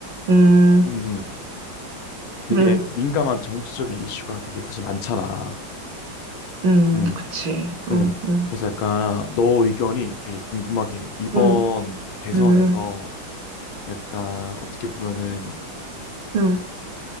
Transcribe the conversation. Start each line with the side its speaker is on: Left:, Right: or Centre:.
Right: 음,
Left: 음, 음. 되게
Right: 음,
Left: 민감한 정치적인 이슈가 되게 사실 많잖아
Right: 음,
Left: 음,
Right: 그치. 응,
Left: 음.
Right: 응,
Left: 그래서 약간 너 의견이 되게 궁금하긴 해 이번
Right: 응,
Left: 대선에서
Right: 응,
Left: 약간 어떻게 보면은
Right: 응,